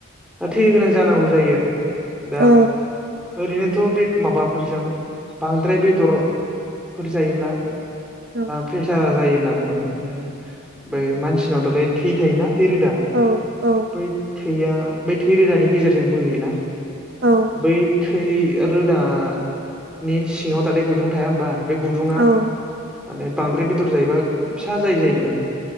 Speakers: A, in the centre; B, on the right (about 45°).
A: थैनो गोनां जानांगौ जायो आरो। दा
B: औ
A: ओरैनो थ' बे माबाफोरजों बांद्राय बेदरफोर जायोब्ला
B: औ
A: फेसारा जायो। होनना बुङो माने बै मानसिनाव दालाय थै थायोना थै रोदा
B: औ औ
A: बै थैया बै थै रोदानि गेजेरजों बोहैयोना।
B: औ
A: बै थै रोदानि सिङाव दालाय गुदुं थाया होमबा। बे गुदुुंङा
B: औ
A: माने बांद्राय बे दर जायोबा फिसा जायो जाहैदों आरो।